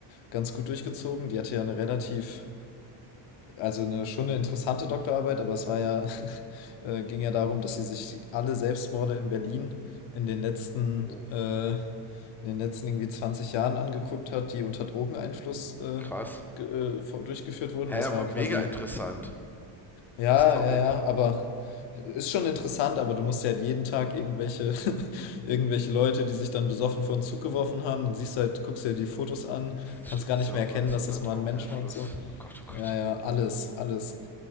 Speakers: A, on the left; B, in the centre.
A: ganz gut durchgezogen. Die hatte ja eine relativ, also eine, schon eine interessante Doktorarbeit, aber es war ja, <laughs> äh, ging ja darum, dass sie sich alle Selbstmorde in Berlin in den letzten,
B: Oh,
A: äh, in den letzten irgendwie 20 Jahren angeguckt hat, die unter Drogeneinfluss äh,
B: krass.
A: ge- äh, vor- durchgeführt wurden.
B: Hä,
A: Das
B: aber
A: war ja
B: mega
A: quasi
B: interessant,
A: Ja,
B: das Topic.
A: ja, ja, aber ist schon interessant, aber du musst ja halt jeden Tag irgendwelche, <laughs> irgendwelche Leute, die sich dann besoffen vor den Zug geworfen haben, dann siehst du halt, guckst dir die Fotos an, kannst
B: Stimmt,
A: gar
B: ist
A: nicht
B: ja
A: mehr
B: auch
A: erkennen,
B: alles
A: dass
B: unter
A: das
B: Drogeneinfluss.
A: mal ein Mensch war und so.
B: Oh Gott, oh
A: Ja,
B: Gott.
A: ja, alles, alles.